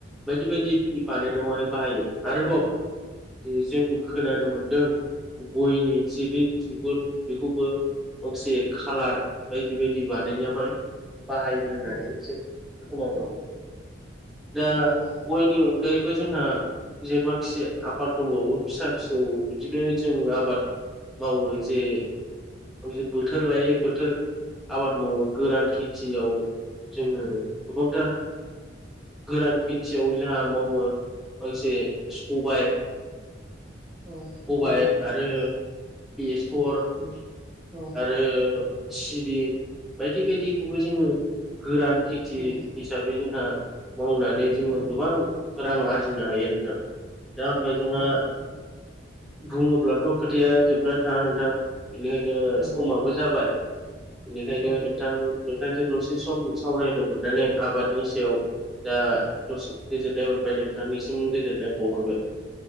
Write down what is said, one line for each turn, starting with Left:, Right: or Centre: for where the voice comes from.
Centre: बायदि बायदि बिदि बानायनायावहाय बाहायो आरोबाव जों खोनानो मोनदों गयनि जे बे बिगुर बेखौबो असे खालार बायदि बायदि बानाय नायावहाय बाहाय नानै
Right: औ
Centre: जों खोनानो
Right: औ
Centre: मोनदों दा
Right: नंगौ नंगौ
Centre: निनि अनगायैबो जोंहा जे माखिया आबाद दंबो फिसा फिसौ बिदिनो जों आबाद मावो जे दि बोथोर लायो बोथोर आबाद मावो गोरान खेथियाव जोङो गोबांथार गोरान खेथियाव जोंहा मावो गांसे सबाय
Right: औ
Centre: सबाय
Right: नंगौ
Centre: आरो बेसर
Right: औ बे औ
Centre: आरो सिबिं बायदि बायदिखौबो जोङो गोरान खेथि
Right: उम
Centre: हिसाबै जोंहा मावनानै जोङो
Right: औ
Centre: गोबां रां आरजिनो हायो नोंथां दा होमबा जोंहा
Right: औ नंगौ
Centre: बुङोब्लाथ खोथाया जोबनानै थाङा नोंथां बेनिखायनो
Right: नंगौ
Centre: समाबो
Right: नंगौ
Centre: जाबाय इनिखायनो
Right: औ
Centre: नोंथां नोंथांजों दसे सम सावरायनो मोननानै आबादनि सायाव दा दसे गोजोननाय मोनबाय नोंथांनिसिम गोजोननाय बहरगोन